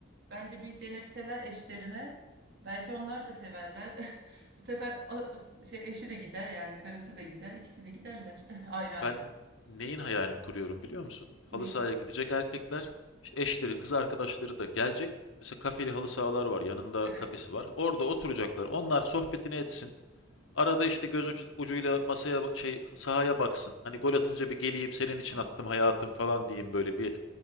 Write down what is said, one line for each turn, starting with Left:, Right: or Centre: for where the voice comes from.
Right: Bence bir denetseler eşlerine belki onlar da severler. <laughs> Bu sefer a- şey eşi de gider yani karısı da gider, ikisi de giderler <laughs> ayrı ayrı.
Left: Ben neyin hayalini kuruyorum biliyor musun? Halı
Right: Ne?
Left: sahaya gidecek erkekler, işte eşleri, kız arkadaşları da gelecek. Mesela kafeli halı sahalar var. Yanında
Right: Evet.
Left: kafesi var. Orada oturacaklar. Onlar sohbetini etsin. Arada işte göz ucu- ucuyla masaya şey sahaya baksın. Hani gol atınca bir geleyim senin için
Right: Hah.
Left: attım hayatım falan diyeyim böyle bir